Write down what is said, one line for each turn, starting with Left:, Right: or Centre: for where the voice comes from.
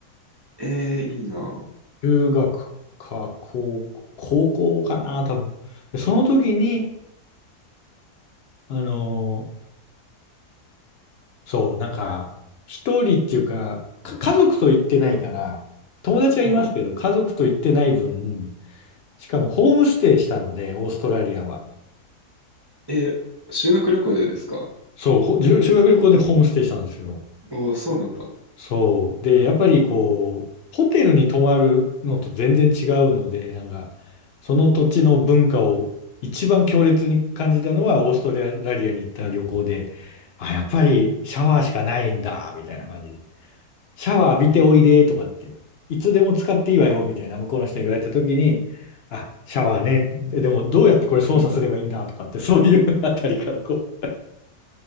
Right: えー、いいな。
Left: 中学か高校、高校かな、多分。でその時に、あのそう、なんか、一人っていうか、か、家族と行ってないから、友達はいますけど、
Right: はい。
Left: 家族と行ってない分、しかもホームステイしたので、オーストラリアは。
Right: えー修学旅行でですか
Left: そう、ほ修修学旅行でホームステイしたんですよ。
Right: おおー、そうなんだ。
Left: そう。で、やっぱりこう、ホテルに泊まるのと全然違うので、なんか、その土地の文化を一番強烈に感じたのは、オーストラリアに行った旅行で、あ、やっぱりシャワーしかないんだ、みたいな感じで。シャワー浴びておいでとかって、いつでも使っていいわよみたいな向こうの人に言われた時に、あ、シャワーね、ででもどうやってこれ操作すればいいんだとかって、
Right: うん
Left: そういう <laughs> あたりからこ